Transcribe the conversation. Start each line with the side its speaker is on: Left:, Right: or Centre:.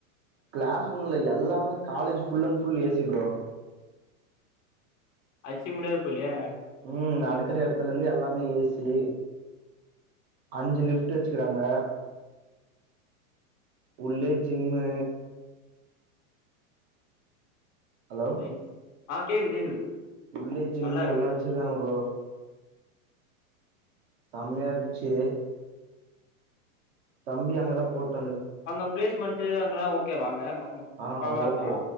Right: கிளாஸ் ரூம்ல எல்லாமே college full and full AC bro
Left: அச்சு முடியாது போல்லயே
Right: ம் அடுக்குற இடத்துல இருந்து எல்லாமே ஏசி அஞ்சு லிஃப்ட் வச்சுக்கிறாங்க உள்ளே ஜிம்மு ஹலோ
Left: ஐ ஆ கேக்குது கேக்குது
Right: உள்ளே ஜிம்மு
Left: நல்லா இருக்கு
Right: எல்லா வச்சிருக்காங்க ப்ரோ செம்யா இருஞ்சு தம்பி அங்கதா போட்
Left: அங்க பிளேஸ்மெண்ட் டு அங்கெலா ஓக்கே வாங்க
Right: ஆஹ்
Left: பக்காவா
Right: ஓக்கே
Left: இருக்கா